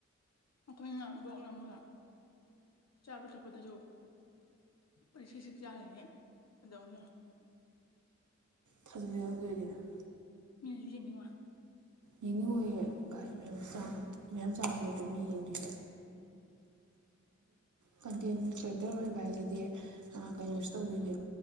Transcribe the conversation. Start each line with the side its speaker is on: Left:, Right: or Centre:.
Left: ꯑꯩꯈꯣꯏꯅ <inaudible> ꯕꯣꯛ ꯅꯝꯃꯒ ꯆꯥꯕ ꯊꯛꯄꯗꯁꯨ ꯄ <inaudible> ꯁ ꯁꯛ ꯆꯥꯜꯂꯤꯅꯦ ꯀꯩꯗꯧꯅꯤ
Right: ꯊꯖꯂꯤꯌꯥꯌꯥ ꯂꯩꯔꯤꯅ <inaudible>
Left: ꯃꯤꯅꯁꯨ ꯌꯦꯡꯅꯤꯡꯉꯣꯢ
Right: ꯌꯦꯡꯅꯤꯡꯉꯣꯏꯌꯦ ꯃꯌꯥꯝ ꯃꯌꯥꯝ ꯆꯥꯕꯗ ꯑꯗꯨꯝ ꯃꯤ ꯌꯦꯡꯗꯣꯏꯁꯦ ꯀꯟꯇꯦꯟ ꯀ꯭ꯌꯦꯇꯔ ꯑꯣꯏꯕ ꯍꯥꯏꯁꯤꯗꯤ ꯀꯩꯅꯣꯁꯨ ꯇꯧꯗꯣꯏꯅꯦ